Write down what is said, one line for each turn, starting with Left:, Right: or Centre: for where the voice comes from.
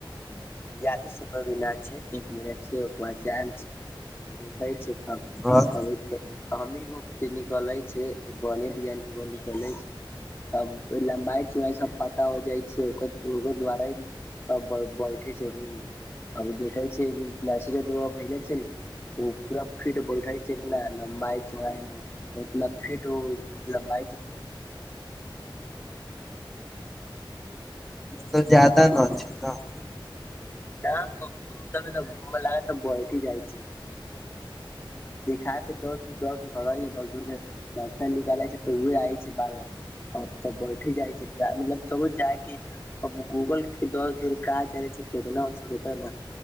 Left: यादे सुन्दर भेनाय छैय एक मिनट छैय ओकर बाद जाय छैय देखैय छैय। आब
Centre: घर
Left: अबैय हमी निकले छैय बने डिजाइन के <inaudible> निकले छैय। तब लम्बाई चौड़ाई सब पता होय जाइ छैय ओकरो द्वारा नै सब बैठे छै रुम आब देखै छै <inaudible> छै ने। ओ पूरा फीट बैइठय छै कि नय लम्बाइ चौराइमे। मतलब फिट मतलब <inaudible>
Centre: तऽ जदा न छै न।
Left: न ओत तऽ बम लागै तऽ ब‌इठि जाइ छै। देखाय पे दस-दस हय दस धुरर के। <inaudible> निकालै छै तऽ ओए आइ छै बार-बार। अब तऽ बैठे जाइ छै मतलब तबो जाइके। अब गूगल के दस धुर कहाँ ज सिखेत सखे ने।